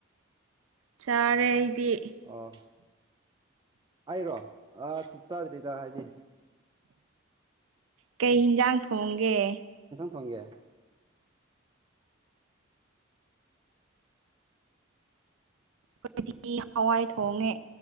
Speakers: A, on the right; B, on the right.
A: ꯆꯥꯔꯦ ꯑꯩꯗꯤ
B: ꯑꯣ ꯑꯩꯔꯣ ꯑ ꯆꯠ ꯆꯥꯗ꯭ꯔꯤꯗ ꯍꯥꯏꯗꯤ
A: ꯀꯩ ꯍꯟꯖꯥꯡ ꯊꯣꯡꯒꯦ
B: ꯁꯣꯡꯒꯦ
A: ꯑꯩꯣ <unintelligible> ꯏꯗꯤ ꯍꯋꯥꯏ ꯊꯣꯡꯉꯦ